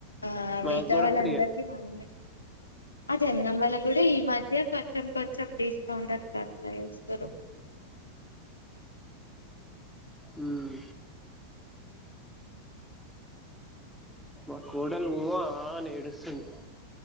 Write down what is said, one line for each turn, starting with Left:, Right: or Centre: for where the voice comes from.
Left: ఆ
Centre: మాకు
Left: మిగితా
Centre: కూడా
Left: వాళ్ళ
Centre: ఫ్రీయే
Left: అందరి కి మనీ అ జనగాం వాళ్ళకూడా ఈ మధ్య కొంచెం కొంచెం తీ కౌంటర్ బ్యాక్లా ఇస్తారు
Centre: హుమ్ మా కోడలు మూవా అని ఏడుస్తుంది